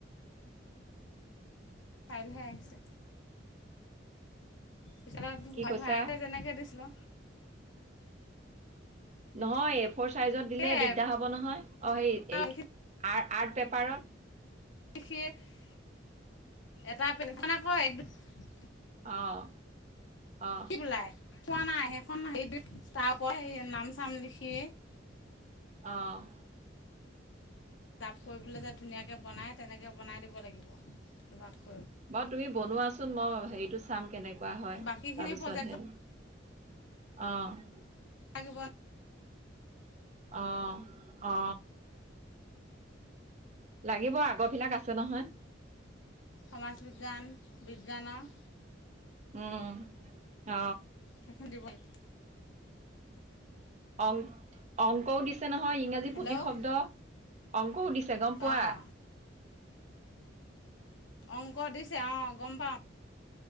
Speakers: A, on the left; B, on the right.
A: ফাইলহে আহিছে পিছত
B: কি কৈছা?
A: ভাড়াতে যেনেকে দিছিলো
B: নহয় এ ফৰ চাইজত দিলে
A: সেয়াই
B: দিগদাৰ হব নহয় অ সেই
A: সেইখিনি
B: আৰ্ট পেপাৰত।
A: <unintelligible> <unintelligible>
B: অহ, অহ।
A: কি বোলাই পোৱা নাই সেইখন সেইটো তাৰ পৰা নাম চাম লিখিয়ে
B: অহ',
A: চাৰ্ভ কৰিবলৈ যে ধুনীয়াকৈ বনাই তেনেকৈ বনাই দিব লাগিব কিবাক।
B: বাৰু তুমি বনোৱাচোন মই হেৰিটো চাম কেনেকে কোৱা হয়
A: বাকীখিনি
B: তাৰপিছতহে
A: প্ৰজেক্টৰ
B: অহ।
A: কেনেকোৱা
B: অ অ লাগিব। আগৰ বিলাক আছে নহয়
A: সমাজ বিজ্ঞান বিজ্ঞানৰ
B: উম অ
A: সেইখিনি দিব লাগিব
B: অংক অংকও দিছে নহয় ইংৰাজী
A: হেল্ল'
B: প্ৰতি শব্দ অংকও দিছে চে গম পোৱা
A: অঁ অংক দিছে আহ গম পাও